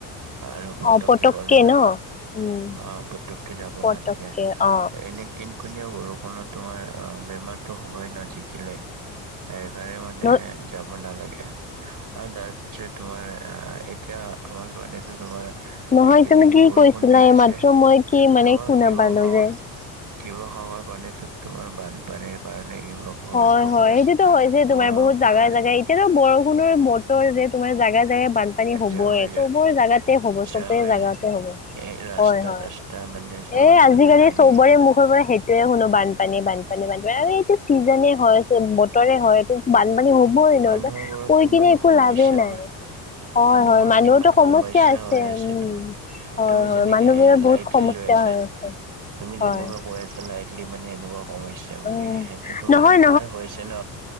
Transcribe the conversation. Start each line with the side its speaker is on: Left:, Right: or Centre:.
Right: আৰু পটককৈ
Left: অ পটককে
Right: গ'লে মানে
Left: ন উম
Right: অ' পটককৈ যাব
Left: পটককে
Right: নালাগে।
Left: অ
Right: এনেই কিনকিনিয়া বৰষুণত তোমাৰ বেমাৰটো হ'বই ন জিকিলে। সেইকাৰণে মানে
Left: ন
Right: যাব নালাগে, আৰু তাৰপিছত তোমাৰ এতিয়া আমাৰ ফালটো তোমাৰ
Left: নহয়
Right: এইকেইদিন
Left: তুমি কি
Right: বৰষুণ
Left: কৈছিলা
Right: দি
Left: এইমাত্ৰ
Right: আছে,
Left: মই কি মানে
Right: তোমাৰ
Left: শুনা
Right: শিৱসাগৰ
Left: পালো যে
Right: শিৱসাগৰ পানীটোত তোমাৰ বানপানীৰ কাৰণে <unintelligible>
Left: হয়
Right: পুৰা
Left: হয় সেইটোটো হৈছে তোমাৰ
Right: ঘৰৰ
Left: বহুত
Right: পৰা
Left: জাগাই জাগাই এতিয়াতো বৰষুণৰ বতৰ যে তোমাৰ জাগাই জাগাই এতিয়া বানপানী হ'বই,
Right: জাগাই
Left: চবৰে জাগাতে হ'ব
Right: জাগাই
Left: চবে জাগাতে হ'ব।
Right: এই ৰাস্তা
Left: হয়' হয়',
Right: ৰাস্তা মানে চব
Left: এই
Right: মানে
Left: আজিকালি
Right: ভাঙি
Left: চবৰে মুখৰ পৰা সেই য়ে শুনো বানপানী বানপানী বানপানী, আৰু এইটো চিজনে হয় বতৰে হয় এইটো বানপানী হ'বই
Right: মানুহবোৰৰ
Left: নহ কৈ
Right: কিমান
Left: কিনে একো
Right: সমস্যা
Left: লাভেই নাই। হয়
Right: মানুহবোৰৰ
Left: হয় মানুহৰতো
Right: কিমান
Left: সমস্যা আছে,
Right: হৈ
Left: উম
Right: তুমি
Left: হয়,
Right: তুমি
Left: হয়,
Right: যেনেকে
Left: মানুহবিলাক
Right: এ লাইটলি
Left: বহুত সমস্যা
Right: লৈ আছা
Left: হৈ আছে।
Right: তুমি যেনেকোৱা
Left: হয়
Right: কৈ আছাঁ লাইটলি মানে, এনেকোৱা সমস্যা সেই বুলি
Left: উম
Right: সেইটো তোমাৰ
Left: নহয়
Right: যাৰ হৈছে ন,